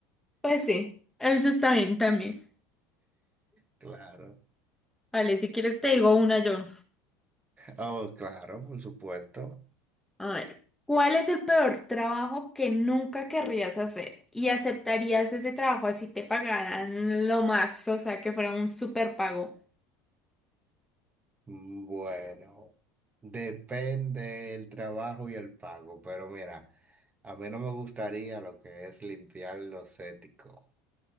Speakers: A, in the centre; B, on the right.
A: Pues sí, eso está bien también.
B: Claro.
A: Vale, si quieres te digo una yo.
B: Oh, claro, por supuesto.
A: A ver, ¿cuál es el peor trabajo que nunca querrías hacer? ¿Y aceptarías ese trabajo así te pagaran lo más, o sea, que fuera un super pago?
B: Mm, Bueno, depende del trabajo y el pago, pero mira, a mí no me gustaría lo que es limpiar los éticos.